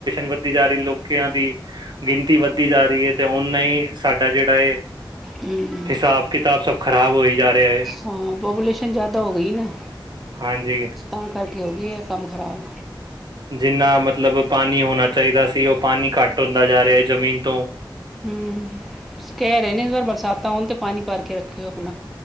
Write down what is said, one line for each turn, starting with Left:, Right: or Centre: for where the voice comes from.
Right: ਵੱਧਦੀ ਜਾ ਰਹੀ ਲੋਕਾਂ ਦੀ ਗਿਣਤੀ ਵੱਧਦੀ ਜਾ ਰਹੀ ਹੈ ਤੇ ਹੁੰ ਓਹਨਾ ਹੀ ਸਾਡਾ ਜਿਹੜਾ
Centre: ਹੂੰ
Right: ਹਿਸਾਬ ਕਿਤਾਬ ਸਭ ਖ਼ਰਾਬ ਹੋਈ ਜਾ ਰਿਹਾ ਹੈ
Centre: ਹਾਂ ਪਾਪੂਲੇਸ਼ਨ ਜ਼ਿਆਦਾ ਹੋ ਗਈ ਨਾ
Right: ਹਾਂਜੀ
Centre: ਤਾਂ ਕਰਕੇ ਹੋਗੀ ਇਹ ਕੰਮ ਖ਼ਰਾਬ
Right: ਜਿੰਨਾ ਮਤਲਬ ਪਾਣੀ ਹੋਣਾ ਚਾਹੀਦਾ ਸੀ ਉਹ ਪਾਣੀ ਘੱਟ ਹੁੰਦਾ ਜਾ ਰਿਹਾ ਜ਼ਮੀਨ ਤੋਂ
Centre: ਹਮ ਕਹਿ ਰਹੇ ਨੇ ਅਗਰ ਬਰਸਾਤਾਂ ਹੋਣ ਤੇ ਪਾਣੀ ਭਰ ਕੇ ਰੱਖਿਓ ਅਪਨਾ